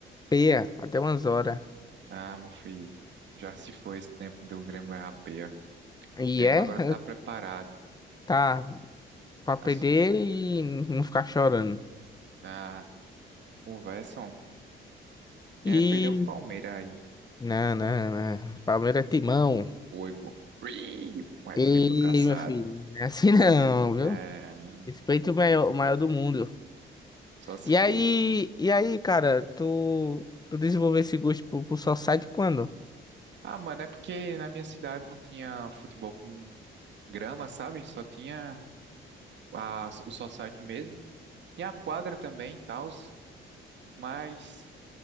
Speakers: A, on the left; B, on the right.
A: Peia até umas horas.
B: Ah, meu filho, já se foi esse tempo do Grêmio errar peia.
A: E
B: O Grêmio
A: é,
B: agora tá preparado.
A: <laughs> tá, pra perder
B: Assim,
A: e não ficar chorando.
B: na conversa, homem, quem
A: E.
B: vai perder é o Palmeiras aí?
A: Não, não, não. Palmeiras é timão.
B: O Boico. Ih, Vai
A: E,
B: comer pro caçado.
A: meu filho, não é assim não, viu?
B: É,
A: Respeito o maior, o maior do mundo.
B: só se
A: E aí,
B: for.
A: e aí, cara, tu, tu desenvolveu esse gosto pro, pro Society quando?
B: Ah, mano, é porque na minha cidade não tinha futebol com grama, sabe? Só tinha a, o society mesmo. Tinha a quadra também e tal, mas